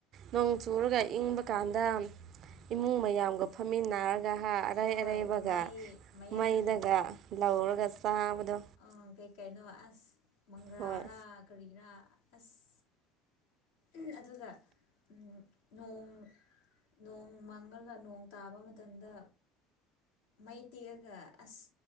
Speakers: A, on the right; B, on the left.
A: ꯅꯣꯡ ꯆꯨꯔꯒ ꯏꯪꯕ ꯀꯥꯟꯗ ꯏꯃꯨꯡ ꯃꯌꯥꯝꯒ ꯐꯝꯃꯤꯟꯅꯔꯒ ꯍꯥ ꯑꯔꯩ
B: ꯍꯣꯏ
A: ꯑꯔꯩꯕꯒ
B: ꯃꯩ ꯃꯌꯥꯏꯗ
A: ꯃꯩꯗꯒ ꯂꯧꯔꯒꯥ ꯆꯥꯕꯗꯨ
B: ꯑꯥ ꯀꯩ ꯀꯩꯅꯣ ꯑꯁ ꯃꯪꯒ꯭ꯔꯥꯔꯥ
A: ꯍꯣꯏ
B: ꯀꯔꯤꯔꯥ ꯑꯁ ꯎꯝ ꯑꯗꯨꯒ ꯎꯝ ꯅꯣꯡ ꯅꯣꯡ ꯃꯪꯉꯒ ꯅꯣꯡ ꯇꯥꯕ ꯃꯇꯝꯗ ꯃꯩ ꯇꯤꯛꯑꯒ ꯑꯁ